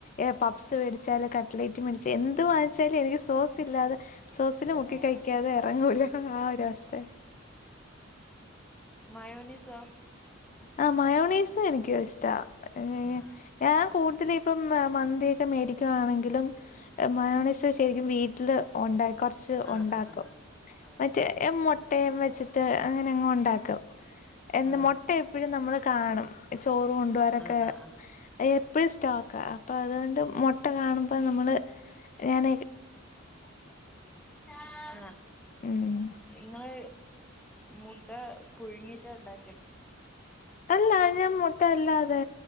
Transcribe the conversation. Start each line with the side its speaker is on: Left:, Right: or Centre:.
Left: എ പപ്പ്സ് മേടിച്ചാലക്കെ കട്ട്ലേറ്റ് മേടിച്ച എന്ത് വാച്ചാലും എനിക്ക് സോസില്ലാതെ സോസില്
Centre: പറ്റില്ല
Left: മുക്കി കഴിക്കാതെ എറങ്ങൂല ആഹ് ഒ വസ്ഥയ
Centre: മയോനിസൊ
Left: ആ മയോണീസും എനിക്ക് ഇഷ്ട ഏ
Centre: ആഹ്
Left: ഞാൻ കൂട്തില് ഇപ്പം മന്തിയൊക്കെ മേടിക്കുവാണെങ്കിലും മയോണേസ് ശരിക്കും വീട്ടിൽ ഒണ്ടാ കൊറച്ച്
Centre: ആഹ്
Left: ഒണ്ടാക്കും
Centre: ആഹ് ആഹ്
Left: മറ്റേ എ മൊട്ട് മുട്ടെം വെച്ചിട്ട് അങ്ങനെങ്ങ് ഒണ്ടാക്കും എന്നും
Centre: ആഹ്
Left: മൊ നമ്മളെ കാണും ചോറ് കൊണ്ടോരൊക്കെ
Centre: ആഹ് ആഹ് ആഹ്
Left: ഏ എപ്പോഴും സ്റ്റോക്കാ അപ്പൊ അതുകൊണ്ട് മൊട്ട കാണുമ്പോ നമ്മള് ഞാൻ
Centre: ആഹ്
Left: ഉം
Centre: നിങ്ങള് മുട്ട പുഴുങ്ങിയിട്ട ഉണ്ടാ
Left: അല്ല ഞാൻ മുട്ട അല്ലാതെ